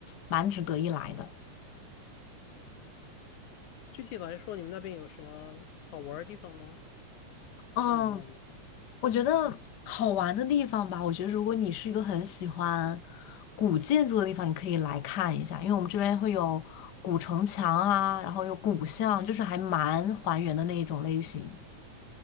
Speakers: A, on the left (about 65°); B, on the left (about 80°).
A: 蛮值得一来的。
B: 具体来说，你们那边有什么好玩的地方吗？
A: 嗯，
B: 襄阳那里
A: 我觉得好玩的地方吧，我觉得如果你是一个很喜欢古建筑的地方，你可以来看一下，因为我们这边会有古城墙啊，然后有古巷，就是还蛮还原的那一种类型。